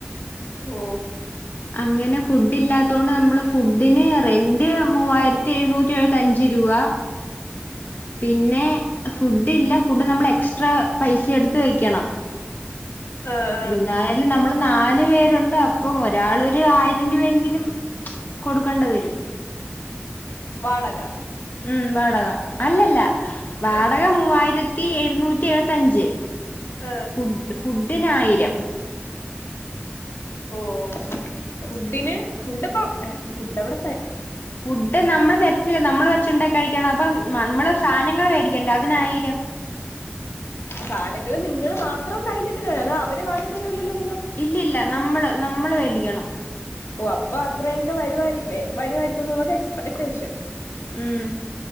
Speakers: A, on the left; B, on the left.
A: ഓ
B: അങ്ങനെ ഫുഡ് ഇല്ലാത്തോണ്ട് നമ്മളെ ഫുഡിന് റെന്റ് മൂവായിരത്തി എഴുന്നൂറ്റി എഴുപത്തഞ്ച് രൂപ
A: <inaudible>
B: പിന്നെ ഫുഡ് ഇല്ല ഫുഡ് നമ്മൾ എക്സ്ട്രാ പൈസ എട് ത്തു വെയ്ക്കണം.
A: ആഹ് ആഹ്
B: എന്തായാലും ഞമ്മള് നാല് പേരുണ്ട് അപ്പോ <unintelligible> ഒരാളൊരു ആയിരം രൂപയെങ്കിലും കൊടുക്കേണ്ട വെരും
A: വാടക
B: ഉം വാടക അല്ലല്ല വാടക
A: ഏഹ്
B: മൂവായിര ത്തി എഴുന്നൂറ്റി എഴുപത്തഞ്ച്
A: ആഹ്
B: ഫുഡ്‌ ഫുഡിനായി യം
A: ഓ ഫുഡ് ഫുഡിന് ഫുഡപ്പ ഏ ഫുഡ് അവിടത്തെ
B: ഫുഡ് നമ്മ തരത്തില്ല നമ്മള് വെച്ച്ചുണ്ട കഴിക്കണം അപ്പം നമ്മള് സാധനങ്ങൾ മേടിക്കേണ്ട അതിനായിരം
A: സാധനങ്ങള് നിങ്ങള് മാത്രം കഴിഞ്ഞിട്ടില്ലോ അല്ല അവര് വാങ്ങി തരുല്ലല്ലോ
B: ഇല്ലല്ലാ. നമ്മള് നമ്മളേ <unintelligible> ക്കണം
A: ഓ അപ്പൊ അത്രയങ്ക വരുവായിരിക്കു വെ വരുവമായിരിക്കുന്നുള്ളത് എക്സ്പെക്ടേഷൻ
B: ഉം